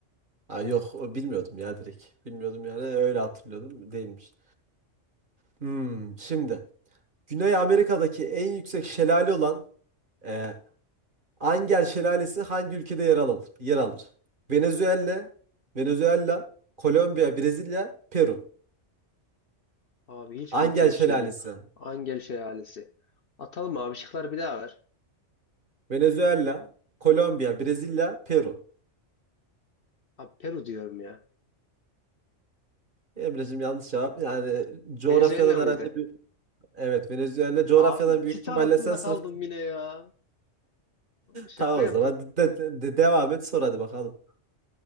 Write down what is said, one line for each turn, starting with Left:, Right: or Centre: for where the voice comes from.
Right: Ha, yok o bilmiyordum ya direkt. Bilmiyordum yani öyle hatırlıyordum. Değilmiş. Hmm, şimdi. Güney Amerika'daki en yüksek şelale olan e, Angel Şelalesi hangi ülkede yer alır? Yer alır. Venezuela, Venezuela, Kolombiya, Brezilya, Peru.
Left: Abi hiç
Right: Angel
Left: bildiğim
Right: Şelalesi.
Left: bir şeydi. Angel Şelalesi. Atalım abi şıkları bir daha ver.
Right: Venezuela, Kolombiya, Brezilya, Peru.
Left: Abi Peru diyorum ya.
Right: Emre'cim yanlış cevap. Yani coğrafyadan
Left: Venezuela mıydı?
Right: herhalde bir... Evet Venezuela. Coğrafyadan
Left: Abi ikisi
Right: büyük ihtimalle
Left: arasında
Right: sen sınıf...
Left: kaldım
Right: <laughs>
Left: yine ya. Şaka
Right: Tamam
Left: yapın.
Right: o zaman. De, de- de- devam et sor hadi bakalım.